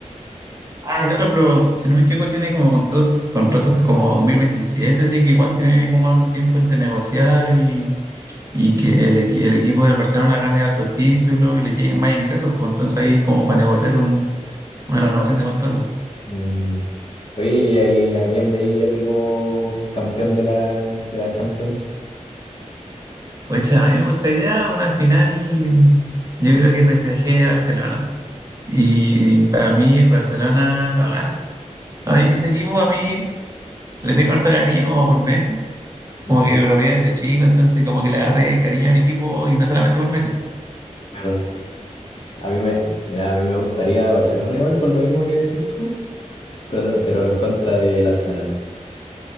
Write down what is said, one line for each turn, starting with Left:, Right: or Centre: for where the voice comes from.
Right: Ah, claro, pero si no me equivoco, tiene como contrato, contrato hasta como 2027, así que igual tiene como harto tiempo entre negociar y, y que el, equi- el equipo del Barcelona gane hartos títulos y le lleguen más ingresos, pues entonces ahí como para negociar un- una renovación de contrato.
Left: Mm, Oye, ¿y ahí a quién veía así como campeón de la, de la Champions?
Right: Fecha, a mí me gustaría una final, yo creo que PSG-Barcelona. Y para mí el Barcelona lo gana. A mí, ese equipo a mí le tengo harto cariño como por Messi,
Left: Mm,
Right: como que lo veía desde chico, entonces como que le agarré cariño al equipo y no solamente por Messi.
Left: Claro. A mí me, mira, a mí me gustaría Barcelona igual por lo mismo que decís tú, pero, pero en contra del Arsenal.